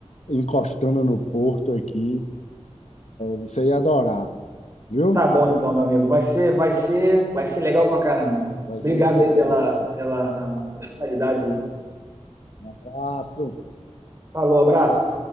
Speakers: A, on the left (about 75°); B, on the right (about 25°).
A: encostando no porto aqui. Você ia adorar, viu?
B: Tá bom então, meu amigo. Vai ser, vai ser, vai ser legal pra caramba.
A: Vai
B: Obrigado
A: ser especial
B: aí pela,
A: esse
B: pela hospitalidade aí.
A: abraço.
B: Falou, abraço.